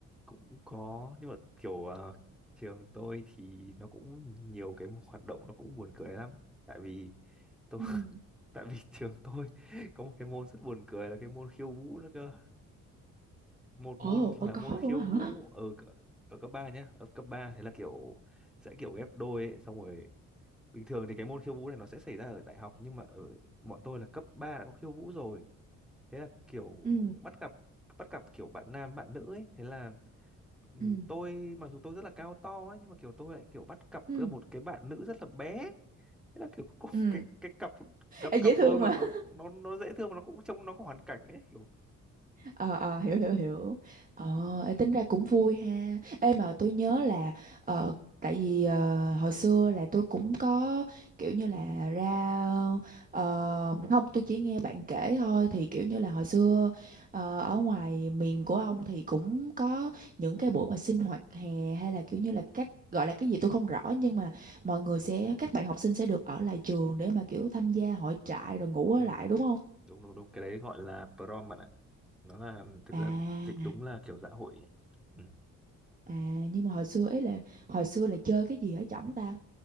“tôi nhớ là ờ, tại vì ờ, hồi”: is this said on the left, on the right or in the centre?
Right